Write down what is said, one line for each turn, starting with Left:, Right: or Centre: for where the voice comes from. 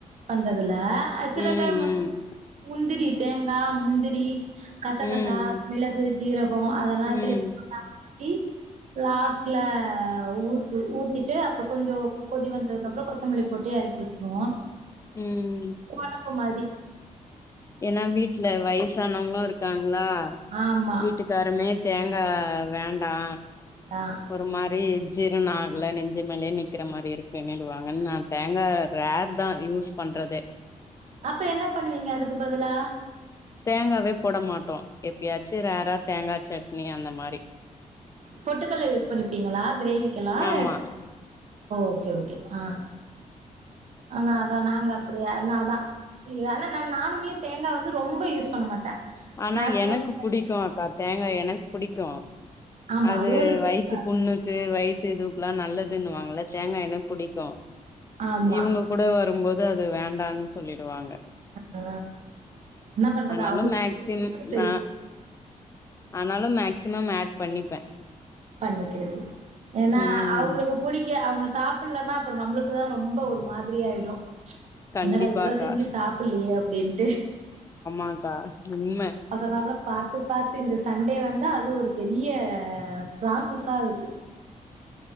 Right: பண்றதுல சில
Left: ம்
Right: டைம் முந்
Left: ம்
Right: முந்திரி தேங்கா முந்திரி கசகசா
Left: ம்
Right: மிளகு ஜீரகம் அதல்லா
Left: ம்
Right: சேத் நல்லா அரச்சி லாஸ்ட்ல ஊத்து ஊத்திட்டு கொஞ்ச கொதி வந்ததுக்கப்பறோ கொத்தமல்லி போட்டு எறக்கி னுவோ
Left: ம்
Right: கொழம்பு மாறி
Left: ஏன்னா வீட்ல வயசானங்களும் இருக்காங்களா
Right: ஆமா
Left: வீட்டுக் காரமே தேங்கா வேண்டா
Right: ஆ
Left: ஒரு மாறி ஜீரான ஆகல நெஞ்சி மேலே நிக்கற மாறி இருக்குன்ன வாங்க நா தேங்கா ரேர் தா யூஸ் பண்றதே
Right: அப்ப என்ன பண்ணுவீங்க அதுக்கு பதிலா
Left: தேங்காவே போட மாட்டோம் எப்பயாச்சி ரேரா தேங்கா சட்னி அந்த மாறி
Right: பொட்டுக்கல்ல யூஸ் பண்ணிருப்பிங்களா கிரேவிக்கெல்லாம்
Left: ஆமா
Right: ஓகே ஓகே ஆ ஆமா அதா நாங்க அப்டியா நாதா ஏனா நா நானுமே தேங்கா வந்து ரெம்பா யூஸ் பண்ண மாட்டே
Left: ஆனா
Right: மேக்சிமம்
Left: எனக்கு புடிக்கும் அக்கா தேங்கா எனக்கு புடிக்கும்
Right: ஆமா
Left: அது
Right: ஒரு டேஸ்ட்
Left: வயித்து
Right: தா
Left: புண்ணு க்கு வயித்து இதுவுக்கில்ல நல்லதுன்னுவாங்கள தோங்கா எனக்கு புடிக்கும்
Right: ஆமா
Left: இவங்க கூட வரும்மோது அது வேண்டா சொல்லிடுவாங்க
Right: ஆ என்ன பண்றது
Left: அனால மேக் ம்
Right: அவங்களுக்கு தெரியு
Left: ஆ ஆனாலும் மேக்சிமம் ஆட் பண்ணிப்பே
Right: பண்ணிக்கிறது ஏனா
Left: ம்
Right: அவங்களுக்கு புடிக்க அவங்க சாப் பல்லன்ன அப்பறோ நம்பளுக்கு தா ரெம்ப ஒரு மாதிரி ஆயிடு
Left: கண்டிப்பாக்கா
Right: என்னடா இவ்ளோ செஞ்சி சாப்பலயே அப்டின்ட்டு
Left: ஆ கா உண்ம
Right: அதனால பாத்து பாத்து இந்த சண்டே வந்தா அது ஒரு பெரிய ப்ராசஸா இருக்கு